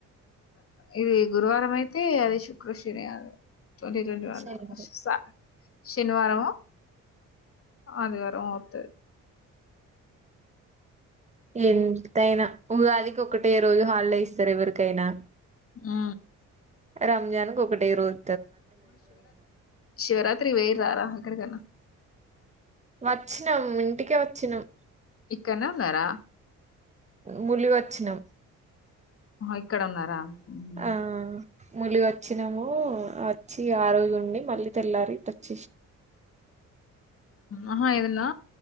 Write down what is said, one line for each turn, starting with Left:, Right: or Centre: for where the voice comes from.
Left: ఇది గురువారం అయితే అది శుక్ర శని అది ట్వంటీ ట్వంటీ వన్
Right: శనివారం
Left: వస్తా శని వారమో ఆదివారమో వత్తది
Right: ఎంతైనా ఉగాదికి ఒకటే రోజు హాలిడే ఇస్తారు ఎవరికైనా
Left: ఆ
Right: రంజాన్ కి ఒకటే రోజు
Left: శివరాత్రి వేరు రా ఎక్కడ అయినా
Right: వచ్చినం ఇంటికే వచ్చినం
Left: ఇక్కన్నే ఉన్నరా
Right: ములుగు వచ్చినం
Left: ఇక్కడ ఉన్నారా ఉమ్
Right: ఆ ములుగు వచ్చినాము వచ్చి ఆ రోజు ఉండి మళ్ళీ తెల్లారి ఇటు వచ్చినం
Left: ఆహా ఏదన్నా